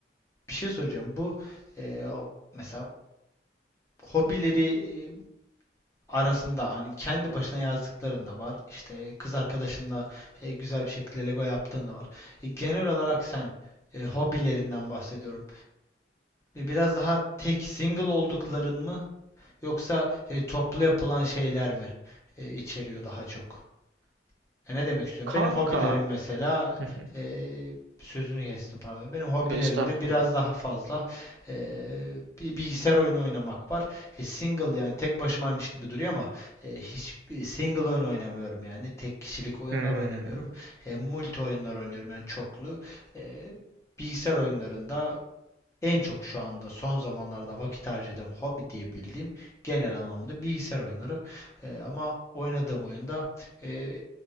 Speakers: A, on the left; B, on the right.
A: Bir şey soracağım. Bu e, o- mesela hobileri e, arasında hani kendi başına yazdıkların da var. İşte kız arkadaşınla e, güzel bir şekilde Lego yaptığın da var. E, genel olarak sen e, hobilerinden bahsediyorum. E, biraz daha tek single oldukların mı yoksa e, toplu yapılan şeyler mi e, içeriyor daha çok? E, ne demek istiyorum?
B: Kanka.
A: Benim hobilerim mesela
B: <laughs>
A: e, sözünü kestim pardon. Benim hobilerimde
B: Estağfurullah.
A: biraz daha fazla e, bir bilgisayar oyunu oynamak var. E, single yani tek başımaymış gibi duruyor ama e, hiçbir single oyun oynamıyorum yani. Tek kişilik oyunlar
B: Hmm,
A: oynamıyorum. E, multi oyunlar oynuyorum yani çoklu. E, bilgisayar oyunlarında en çok şu anda son zamanlarda vakit harcadığım hobi diyebildiğim genel anlamda bilgisayar oyunları. E, ama oynadığım oyunda e,